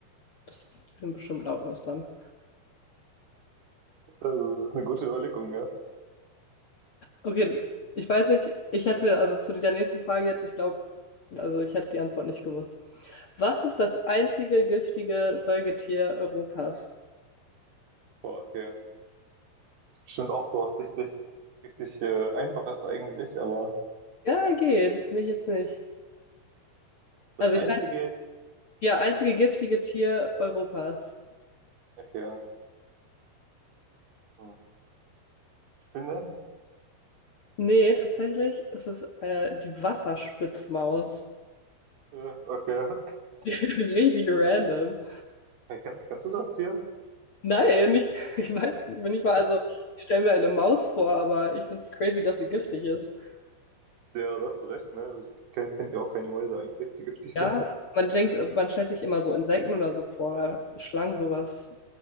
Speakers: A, on the left; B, on the right.
A: Das sind bestimmt lautlos dann.
B: Also, das ist eine gute Überlegung, ja.
A: Okay, ich weiß nicht, ich hätte also zu der nächsten Frage jetzt, ich glaube, also ich hätte die Antwort nicht gewusst. Was ist das einzige giftige Säugetier Europas?
B: Boah, okay. Das ist bestimmt auch so was richtig, richtig äh, Einfaches eigentlich, aber
A: Ja, geht. Nicht jetzt nicht.
B: das
A: Also
B: einzige.
A: ich meine, ja, einzige giftige Tier Europas.
B: Okay. Hm. Spinne?
A: Nee, tatsächlich ist es äh, die Wasserspitzmaus.
B: Äh, okay. <laughs>
A: <laughs> Richtig random.
B: Ja, Kennst, kennst du das hier?
A: Nein, ich, ich weiß nicht, wenn ich mal, also ich stelle mir eine Maus vor, aber ich finde es crazy, dass sie giftig ist.
B: Ja, da hast du recht, ne? Also, Ich kenn, kenn ich auch keine Mäuse eigentlich, die giftig
A: Ja,
B: sind.
A: man denkt, man stellt sich immer so Insekten oder so vor, Schlangen, sowas,